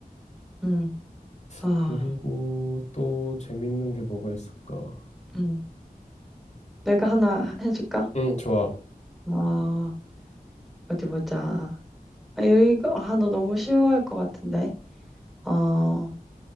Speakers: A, in the centre; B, on the left.
A: 응, 아,
B: 그리고 또 재밌는 게 뭐가 있을까?
A: 응. 내가 하나 해줄까?
B: 응, 좋아.
A: 아, 어디 보자. 아, 이거, 아, 너 너무 쉬워할 것 같은데. 어,